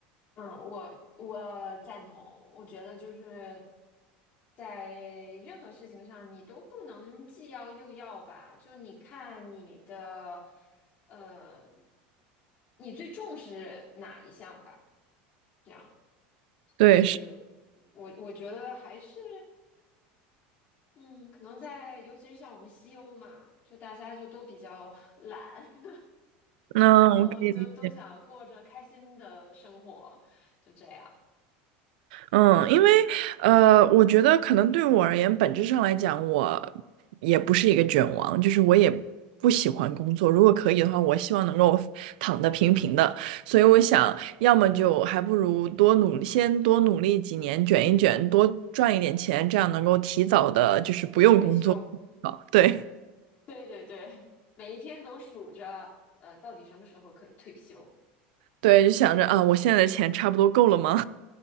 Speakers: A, on the left; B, on the right.
A: 嗯，我我赞同。我觉得就是在任何事情上，你都不能既要又要吧。就你看你的，呃，你最重视哪一项吧？这样，所以
B: 对，是，
A: 我我觉得还是，嗯，可能在尤其是像我们西欧嘛，就大家就都比较 <laughs> 懒。<laughs>
B: 那我可以理解。
A: 然后就都想过着开心的生活，就这样
B: 嗯，因为呃，我觉得可能对我而言，本质上来讲，我也不是一个卷王，就是我也不喜欢工作。如果可以的话，我希望能够躺得平平的。所以我想，要么就还不如多努力先多努力几年，卷一卷，多赚一点钱，这样能够提早的，就是不用工作。
A: 退休。
B: 好，对
A: <laughs> 对对对，每一天都数着，呃，到底什么时候可以退休？
B: 对，就想着啊，我现在的钱差不多够了吗？